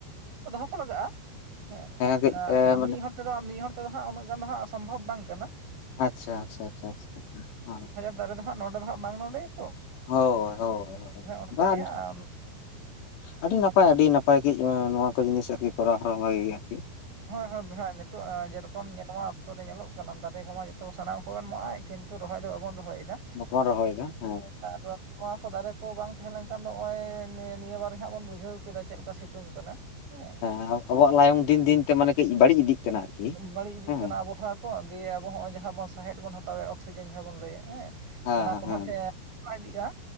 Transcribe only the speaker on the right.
ᱫᱚᱦᱚ ᱠᱚ ᱞᱟᱜᱟᱜᱼᱟ, ᱦᱮᱸ
ᱮᱸ ᱮᱢᱱᱤ
ᱦᱚᱲ ᱛᱮᱫᱚ ᱢᱤᱫ ᱦᱚᱲ ᱛᱮᱫᱚ ᱦᱟᱸᱜ ᱩᱱᱟᱹᱜ ᱜᱟᱱ ᱫᱚ ᱦᱟᱸᱜ ᱥᱚᱢᱵᱷᱚᱵᱽ ᱵᱟᱝ ᱠᱟᱱᱟ᱾
ᱫᱟᱨᱮᱹ ᱫᱚ ᱦᱟᱸᱜ ᱱᱚᱸᱰᱮ ᱫᱚ ᱦᱟᱸᱜ ᱵᱟᱝ ᱱᱚᱸᱰᱮᱭᱟ ᱾
ᱚᱱᱠᱟ
ᱜᱮ ᱦᱟᱸᱜ
ᱦᱳᱭ ᱦᱳᱭ ᱦᱮ ᱱᱤᱛᱚᱜ ᱟ ᱡᱮᱨᱚᱠ ᱠᱚᱢ ᱧᱮᱞᱣᱟ ᱚᱠᱛᱚ ᱨᱮ ᱧᱮᱞᱚᱜ ᱠᱟᱱᱟ ᱫᱟᱨᱮ ᱠᱚᱢᱟ ᱡᱚᱛᱚ ᱥᱟᱱᱟᱢ ᱠᱚᱵᱮᱱ ᱢᱟᱜ ᱮᱜ ᱠᱤᱱᱛᱩ ᱨᱚᱦᱚᱭ ᱫᱚ ᱵᱟᱵᱚᱱ ᱨᱚᱦᱚᱭᱮᱫᱟ᱾
ᱚ ᱱᱚᱣᱟ ᱠᱚ ᱫᱟᱨᱮ ᱠᱚ ᱵᱟᱝ ᱛᱟᱦᱮᱸ ᱞᱮᱱᱠᱷᱟᱱ ᱫᱚ ᱚᱜᱼᱚᱭ ᱱᱤᱭᱟᱹ ᱱᱤᱭᱟᱹ ᱵᱟᱨ ᱦᱟᱸᱜ ᱵᱚᱱ ᱵᱩᱡᱷᱟᱹᱣ ᱠᱮᱫᱟ ᱪᱮᱫ ᱞᱮᱠᱟ ᱥᱤᱛᱩᱝ ᱠᱟᱱᱟ᱾ ᱮᱸ,
ᱵᱟᱹᱲᱤᱜ ᱤᱫᱤᱜ
ᱠᱟᱱᱟ ᱟᱵᱚ ᱥᱟᱣᱠᱚ ᱫᱤᱭᱮ ᱟᱵᱚ ᱦᱚᱸᱜᱼᱚᱭ ᱡᱟᱦᱟᱸ ᱵᱚᱱ ᱥᱟᱦᱮᱸᱫ ᱵᱚᱱ ᱦᱟᱛᱟᱣᱮᱫ-ᱟ ᱚᱠᱥᱤᱡᱮᱱ ᱡᱟᱦᱟᱸ ᱵᱚᱱ ᱞᱟᱹᱭᱮᱜ ᱦᱮᱸ᱾
ᱚᱱᱟ ᱠᱚᱦᱚᱸ
ᱴᱮᱱ <unintelligible> ᱤᱫᱤᱜᱼᱟ